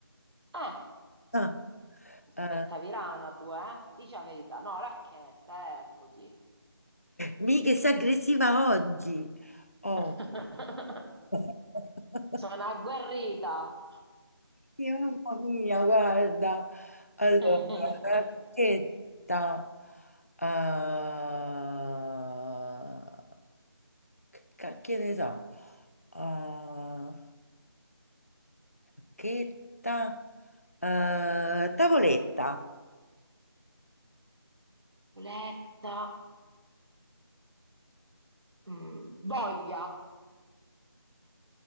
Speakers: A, on the right; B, on the left.
A: Eh,
B: Ah,
A: aspetta,
B: eh,
A: Virana, tu, eh? Dici la verità. No, racchetta, eccoti.
B: mica sei aggressiva oggi. Oh.
A: <laughs>
B: <laughs>
A: Sono agguerrita.
B: Sì, Mamma mia, guarda. Allora,
A: <laughs>
B: racchetta. ah, che ca- che ne so? Ah, racchetta. eh, tavoletta.
A: Boletta, mm, voglia,